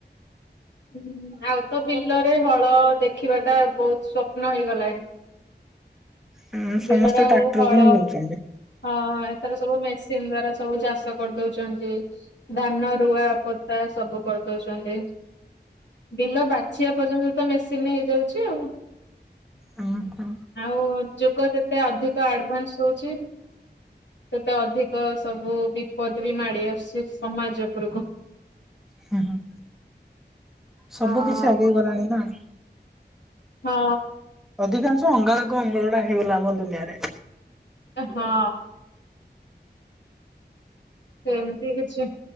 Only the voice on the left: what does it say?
ହୁଁ ଆଉ ତ ବିଲରେ ହଳ ଦେଖିବା ଟା ବହୁତ ଶୁପ୍ନ ହେଇଗଲାଣି।
ବିଲରେ ଆଉ
ହଳ
ହଁ ଏଥର ସବୁ ମେସିନ ଦ୍ଵାରା ସବୁ ଚାଷ କରିଦଉଛନ୍ତି। ଧାନ ରୁଆ ପୋତା ସବୁ କରିଦଉଛନ୍ତି। ବିଲ ବାଛିବା ପର୍ଯ୍ୟନ୍ତ ତ ମେସିନରେ ହେଇଯାଉଛି ଆଉ।
ଆଉ ଯୁଗ ଯେତେ ଅଧିକ ଆଡଭାନ୍ସ ହଉଚି ସେତେ ଅଧିକ ସବୁ ବିପଦ ବି ମାଡି ଆସୁଛି ସମାଜ ଉପରକୁ।
ହଁ
ହଁ।
ଏ ହଁ। ସେମିତି କିଛି